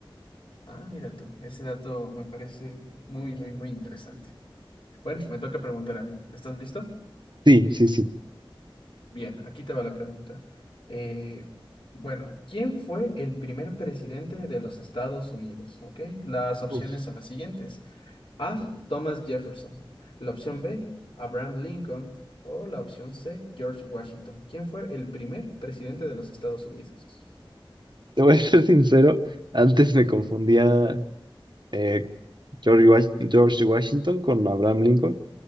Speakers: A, on the left; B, on the right.
A: Ah, mira tú, ese dato me parece muy, muy, muy interesante. Bueno, me toca preguntar a mí. ¿Estás listo?
B: Sí, sí, sí.
A: Bien, aquí te va la pregunta. Eh, bueno, ¿quién fue el primer presidente de los Estados Unidos? ¿Ok? Las opciones
B: Uf,
A: son las siguientes. A. Thomas Jefferson. La opción B. Abraham Lincoln. O la opción C. George Washington. ¿Quién fue el primer presidente de los Estados Unidos?
B: Te voy a ser sincero, antes me confundía eh, George, Wash- George Washington con Abraham Lincoln.